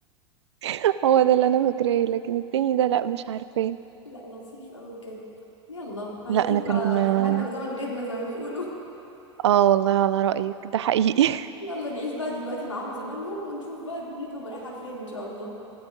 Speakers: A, on the right; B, on the left.
A: <laughs> هو ده اللي أنا فاكراه لكن التاني ده لا مش عارفاه
B: <laughs> لا لطيف قوي بجد يلا هنعيش
A: لا أنا كان
B: بقى
A: آه
B: زماننا وزمن غيرنا زي ما بيقولوا
A: آه، والله على رأيك ده حقيقي <laughs>
B: يلا نعيش بقى دلوقتي معاهم زمانهم ونشوف بقى دنيتهم رايحه لفين ان شاء الله